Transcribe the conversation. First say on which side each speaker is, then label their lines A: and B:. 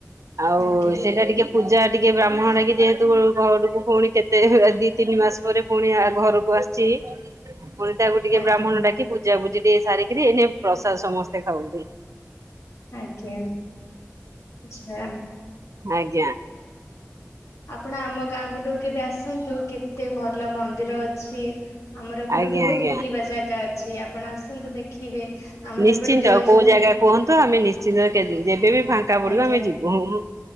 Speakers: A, on the right (about 80°); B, on the left (about 75°).
A: ଆଉ
B: ଆଜ୍ଞା
A: ସେଇଟା ଟିକେ ପୂଜା ଟିକେ ବ୍ରାହ୍ମଣ ଲାଗ କିି ଯେହେତୁ ଘରକୁ ପୁଣି କେତେ ଦି ତିନି ମାସ ପରେ ପୁଣି ଘରକୁ ଆସିଛି। ମଣି ତାକୁିକେ
B: ଆଜ୍ଞା
A: ବ୍ରାହ୍ମଣ ଡାକି ବୁଝା ବୁଝି ସାରିକିରି ଏଇନ ପ୍ରସାଦ ସମସ୍ତେ ଖାଉଛନ୍ତି।
B: ଆଜ୍ଞା ଆଛା।
A: ଆଜ୍ଞା।
B: ଆପଣ ଆମ ଗାଁ ପଟୁକୁ କେବେ ଆସନ୍ତୁ କେତେ ଭଲ ମନ୍ଦିର ଅଛି। ଆମର ଏପଟୁ
A: ଆଜ୍ଞା
B: ବହୁତ
A: ଆଜ୍ଞା।
B: ବୁଲିବା ଜାଗା ଅ ଆପଣ ଆସନ୍ତୁ ଦେଖିବେ। ଆମର
A: ନିଶ୍ଚିନ୍ତ
B: ଏପଟେ ଦେଓଝର
A: କୋଉ ଜାଗା କୁହନ୍ତୁ ଆମେ ନି ଚିନ ଯେବେ ବି ଫାଙ୍କା ପଡିବ
B: ଆଜ୍ଞା
A: ଆମେ ଯିବୁ।